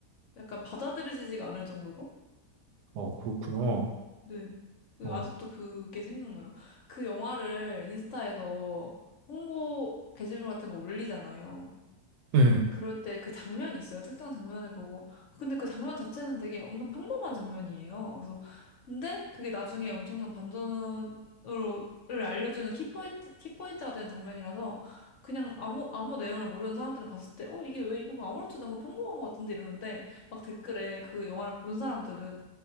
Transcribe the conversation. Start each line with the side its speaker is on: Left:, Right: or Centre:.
Left: 약간 받아들여지지가 않을 정도로?
Right: 어, 그렇구나.
Left: 네. 그
Right: 어,
Left: 아직도 그게 생각나요. 그 영화를 인스타에서 홍보 게시물 같은 거 올리잖아요.
Right: 네.
Left: 그럴 때 그 장면이 있어요. 특정 장면을 보고. 근데 그 장면 자체는 되게 엄청 평범한 장면이에요. 그래서, 근데 그게 나중에 엄청난 반전으로, 를 알려주는 키포인트, 키포인트가 되는 장면이라서 그냥 아무, 아무 내용을 모르는 사람들은 봤을 때, 어, 이게 왜 이거 그거 아무렇지도 않고 평범한 것 같은데 이러는데 막 댓글에 그 영화를 본 사람들은